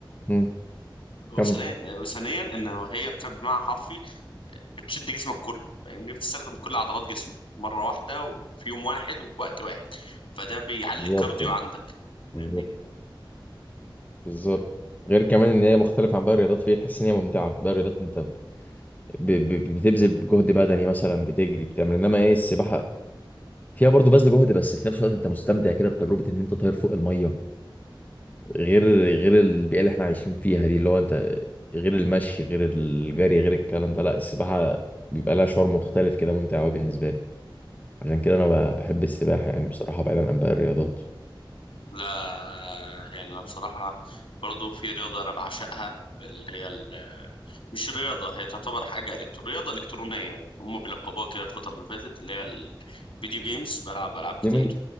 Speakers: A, on the left; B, on the left.
A: مم.
B: وثانيا
A: كمل
B: وثانيا ان هي بتبقى بمعنى حرفي بتشد جسمك كله فاهمني بتستخدم كل عضلات جسمك مرة واحدة وفي يوم واحد وفي وقت واحد فده بيعلي
A: بالظبط
B: الكارديو عندك
A: بالظبط
B: فاهمني
A: بالظبط. غير كمان ان هي مختلفه عن باقي الرياضات فهي تحس ان هي ممتعه باقي الرياضات انت ب... ب... ب- بتبذل جهد بدني مثلا بتجري بتعمل انما ايه السباحه فيها برضه بذل جهد بس في نفس الوقت انت مستمتع كده بتجربه ان انت طاير فوق الميه غير غير البيئه اللي احنا عايشين فيها دي اللي هو انت غير المشي غير الجري غير الكلام ده لا السباحه بيبقى لها شعور مختلف كده ممتع قوي بالنسبه لي عشان كده انا ب- بحب السباحه يعني بصراحه بعيدا عن باقي الرياضات
B: لا يعني انا بصراحة برضو في رياضة انا بعشقها اللي هي ال- مش رياضة هي تعتبر حاجة إلكترو رياضة إلكترونية هم بيلقبوها كده الفترة اللي فاتت اللي هي الفيديو جيمز بلعب ألعاب كتير
A: دي من